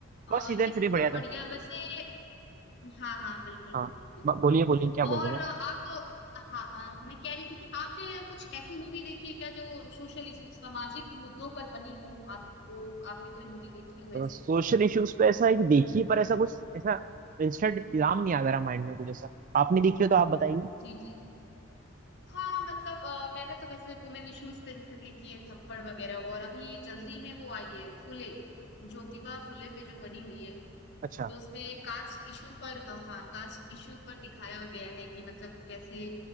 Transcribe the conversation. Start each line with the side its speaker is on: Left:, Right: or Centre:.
Right: बस सीजन
Left: आ, ये
Right: थ्री
Left: सब
Right: बढ़िया
Left: तो
Right: था
Left: बढ़िया वैसे हाँ हाँ बिल्कुल
Right: हाँ
Left: बिल्कुल बिल्कुल
Right: ब- बोलिए बोलिए क्या बोलिए
Left: और अ, आप हाँ अ, मैं कह रही थी कि आपने कुछ ऐसी मूवी देखी है क्या जो सोशल इशू सामाजिक मुद्दों पर बनी हो आपको आपने कोई मूवी देखी हो ऐसी
Right: सोशल इश्यूज पे ऐसा एक देखिए पर ऐसा कुछ ऐसा इंस्टेंट इल्जाम नहीं आ रहा माइंड में कुछ ऐसा आपने देखी हो तो आप बताइए
Left: जी जी हाँ हाँ, मतलब अ, मैंने तो वैसे वुमेन इश्यूज पे जैसे देखी है थप्पड़ वगैरह और अभी जल्दी में वो आई है फुले ज्योतिबा फुले पे जो बनी हुई है
Right: अच्छा
Left: तो उसमें कास्ट इशू पर अ, हाँ कास्ट इशू पर दिखाया गया है कि मतलब कैसे